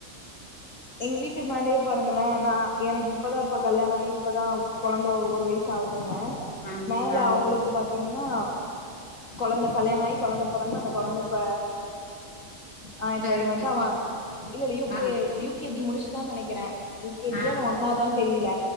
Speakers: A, on the left; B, on the left.
A: எங்க வீட்டு மாடிய பாருங்கள நா எனக்கிப்பதா இப்ப கல்யாணாயி இப்பதா கொழந்த ஒ ஒரு வயசாவு துங்க
B: ஆ ஆ
A: மேல
B: ஆ
A: அவுங்களுக்கு பாத் தீங்கன்னா கொழந்த கல்யாணாயி கொழந்த பொறந்து அந்த கொழந்த இப்ப ஆ இப்ப
B: பேரம்
A: இவந்து
B: பேத்தி
A: அவ இல்ல இல்ல யூ
B: ஆ
A: கே யூ கே ஜி முடிஷ்ட்டான் நெனக்கிற யு கே ஜி
B: ஆ
A: யா இல்ல ஒண்ணாவ்தான் தெரியில